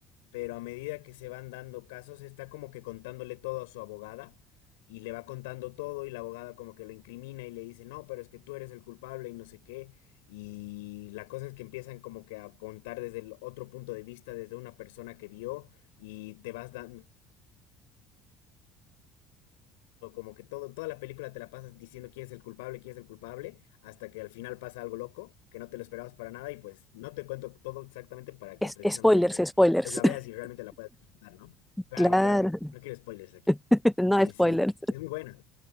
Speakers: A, on the left; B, in the centre.
A: pero a medida que se van dando casos, está como que contándole todo a su abogada y le va contando todo y la abogada como que lo incrimina y le dice, no, pero es que tú eres el culpable y no sé qué. Y la cosa es que empiezan como que a contar desde el otro punto de vista, desde una persona que vio y te vas dando como que todo, toda la película te la pasas diciendo quién es el culpable, quién es el culpable, hasta que al final pasa algo loco, que no te lo esperabas para nada, y pues no te cuento todo exactamente para que
B: es,
A: precisamente
B: spoilers,
A: pues,
B: spoilers.
A: pues la veas
B: <laughs>
A: y realmente la puedas disfrutar, ¿no? Claro,
B: Claro,
A: claro, no quiero spoilers aquí.
B: <laughs> no
A: Sí,
B: spoilers.
A: sí, es muy buena.